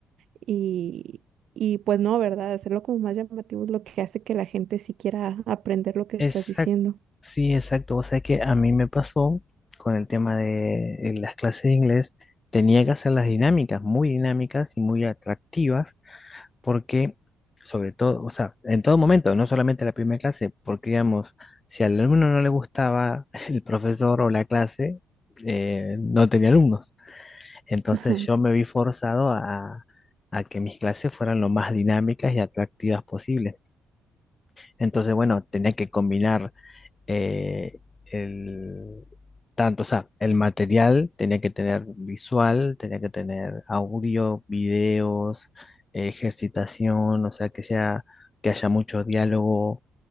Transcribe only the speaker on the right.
y, y pues no, ¿verdad? Hacerlo como más llamativo es lo que hace que la gente sí quiera aprender lo que
estás diciendo.
Ajá.